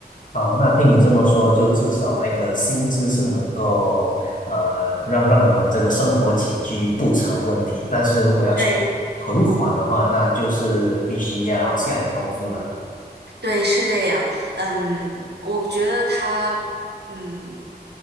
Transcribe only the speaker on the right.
对，
对，是这样。嗯，我觉得他，嗯，